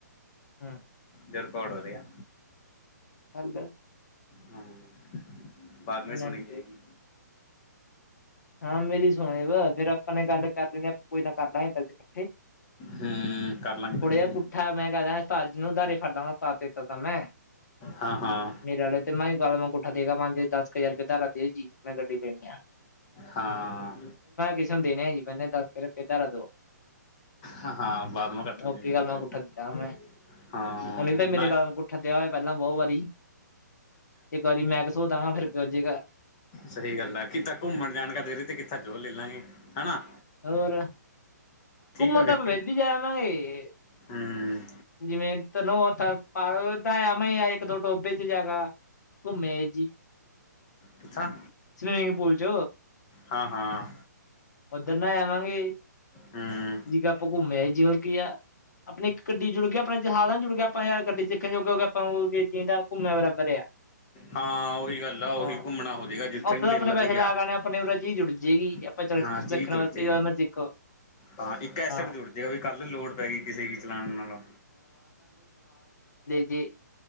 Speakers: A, on the left; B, on the left.
A: ਹੂੰ।
B: ਰਿਕਾਰਡ ਹੋ ਰਿਆ।
A: ਹਾਂਜੀ।
B: ਹੂੰ। ਬਾਅਦ ਮੇ
A: ਇਹਨਾਂ
B: ਸੁਣੀ
A: ਦੀ
B: ਜਾਏਗੀ।
A: ਹਾਂ ਮੇਰੀ ਸੁਣੀ ਵਾ ਫੇਰ ਅਪ ਆਪਾਂ ਨੇ ਗੱਲ ਕਰ ਲੈਂਦੇ ਹ ਆਪਾਂ ਕੋਈ ਨਾ ਕਰ ਲਾਂਗੇ ਇਕੱਠੇ
B: ਹੂੰ ਕਰ ਲਾਂਗੇ ਇਕੱਠੇ
A: ਥੋੜ੍ਹੇ ਜਿਹਾ ਗੁੱਠਾ ਮੈਂ ਕਹਿ ਦ ਤਾਜ ਨੂੰ ਦਾਰੇ ਖਡ ਤਾਂ ਤੇ ਤਾਂ ਤੈ ਮੈਂ
B: ਹਾਂ ਹਾਂ
A: ਮੇਰੇ ਆਲੇ ਤੇ ਮੈਂਹੀ ਗਲ ਮੈਂ ਕੁ ਆ ਦੇਗਾ ਮਨੇ ਦਸ ਕ ਹਜ਼ਾਰ ਰੁਪਏ ਦਾ ਲਾ ਦੇ ਜੀ। ਮੈਂ ਗੱਡੀ ਦੇਣੀ ਆ।
B: ਹਾਂ।
A: ਕਿਸ ਹੋਂ ਦੇ ਨੇ ਜੀ ਮੈਂਨੇ ਦਸ ਕਿ ਰੁਪਏ ਦਾਰਾ ਦਿਉ
B: ਹਾਂ ਬਾਦ ਮ ਕਰਟ <unintelligible>
A: ਓਕੇ ਗੱਲ ਮੈਂ ਗੁੱਠਾ ਦਿੱਤਾ ਮੈਂ
B: ਹਾਂ
A: ਉਹਨੇ ਤਾਂ ਮੇਰੇ
B: ਨਹੀਂ
A: ਗੱਲ ਨੂੰ ਗੁੱਠਾ ਦਿਆ ਹੋਇਆ ਪਹਿਲਾਂ ਬਹੁਤ ਵਾਰੀ ਇੱਕ ਵਾਰੀ ਮੈਂ ਸ ਤਾਂਗਾ ਫਿਰ ਜੀਗਾ <unintelligible>
B: ਸਹੀ ਗੱਲ ਆ ਕਿੱਦਾਂ ਘੁੰਮਣ ਜਾਣ ਦੇ ਰਹੀ ਤੇ ਕਿੱਥਾਂ ਜੋ ਲੈ ਲਾਂਗੇ ਹੈਨਾ।
A: ਹੋਰ। ਘੁੰਮਣ
B: ਆ ਫਿਰ
A: ਤਾਂ ਪਾ ਫੇਰ ਵੀ ਜਾ ਆਂਵਾਂਗੇ।
B: ਹੂੰ
A: ਜਿਵੇਂ ਤੈਨੂੰ ਓਥ ਪਾ ਤਾਂ ਐਵੇਂ ਆ ਇੱਕ ਦੋ ਟੋਭੇ ਚ ਜਾਗਾ। ਘੁੰਮ ਮੇ ਜੀ।
B: ਪਿੱਛਾ
A: ਸਵਿਮਿੰਗ ਪੂਲ ਚ
B: ਹਾਂ ਹਾਂ।
A: ਉਧਰ ਨਾ ਆਵਾਂਗੇ,
B: ਹੂੰ
A: ਜੀਕੇ ਆਪਾਂ ਘੁੰਮੇ ਅ ਹੋਰ ਕੀ ਆ ਆਪਣੀ ਇੱਕ ਗੱਡੀ ਜੁੜ ਗ ਆਪਣੇ ਜਹਾਜ ਅ ਜੁੜ ਗਏ ਆਪਾਂ ਯਾਰ ਗੱਡੀ ਸਿੱਖਣ ਜੋਗੇ ਹੋਗੇ ਆਪਾਂ ਹੋ ਗ ਜੀਦਾ ਘੁੰਮਿਆ ਬਰਾਬਰ ਆ।
B: ਹਾਂ ਉਹੀ ਗੱਲ ਆ ਉਹੀ
A: ਹਾਂ
B: ਘੁੰਮਣਾ ਹੋਜੇਗਾ ਜਿੱਥੇ
A: ਉੱਥੇ
B: ਵੀ ਮੇਲਾ
A: ਤਾਂ ਆਪਣੇ ਪੈਸੇ
B: ਦੀਖਿਆ,
A: ਲਾ
B: ਹਾਂ।
A: ਗਣੇ ਆਪਣੇ ਉਰੇ ਚੀਜ਼ ਜੁੜ ਜਾਏਗੀ ਆਪਾਂ
B: ਹਾਂ ਚੀਜ਼
A: ਸਿੱਖਣ
B: ਜੁੜ
A: ਵਾਸਤੇ
B: ਜੇਗੀ,
A: ਜਾਂ ਨਾ ਸਿੱਖੋ
B: ਹਾਂ ਇੱਕ ਐਸਿਡ
A: ਹਾਂ
B: ਜੁੜ ਜੇਗਾ ਵੀ ਕੱਲ ਲੋੜ ਪੈਗੀ ਕਿਸੇ ਕੀ ਚਲਾਣ ਨਾਲੋਂ।
A: ਜੀ